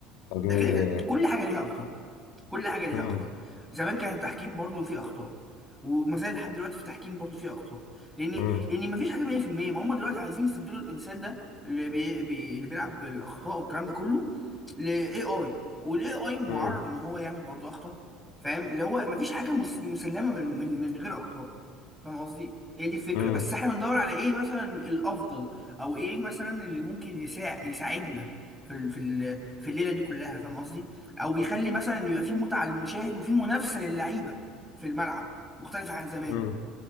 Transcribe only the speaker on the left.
يعني
مم،
مم،
مم،
مم،
مم.